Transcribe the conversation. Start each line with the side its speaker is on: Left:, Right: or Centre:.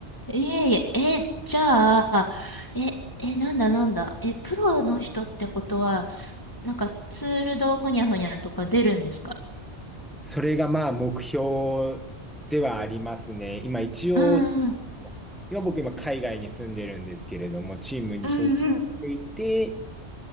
Left: えいえ、え、じゃあ、え、え、なんだなんだ、え、プロの人ってことは、なんかツールドほにゃほにゃとか出るんですか
Centre: それがまあ目標ではありますね。今一応、
Left: うんうん
Centre: 今僕今海外に住んでるんですけれども、チームに所属していて、
Left: うんうん